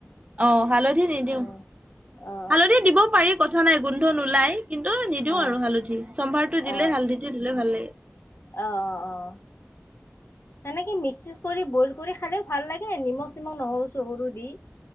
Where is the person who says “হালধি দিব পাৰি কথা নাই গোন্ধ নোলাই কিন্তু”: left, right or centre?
Right